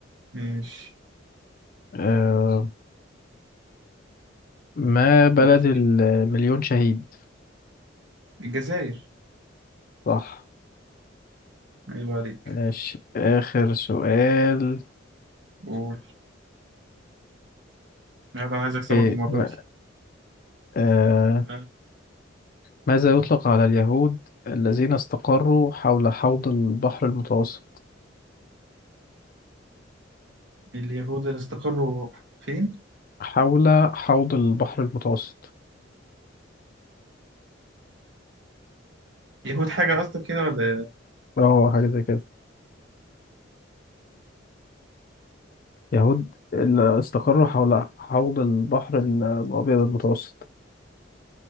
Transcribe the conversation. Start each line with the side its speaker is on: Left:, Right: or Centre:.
Right: ماشي
Left: آه ما بلد
Right: قول
Left: المليون شهيد
Right: الجزائر
Left: صح
Right: عيب عليك
Left: ماشي آخر سؤال
Right: قول يلا عايز اكسبك
Left: إيه
Right: المرة
Left: ما
Right: دي
Left: آه
Right: ها
Left: ماذا يطلق على اليهود الذين استقروا حول حوض البحر المتوسط
Right: اليهود اللي استقروا فين؟
Left: حول حوض البحر المتوسط
Right: يهود حاجة قصدك كده ولا إيه؟
Left: اه حاجة زي كده يهود اللي استقروا حول حوض البحر ال- الأبيض المتوسط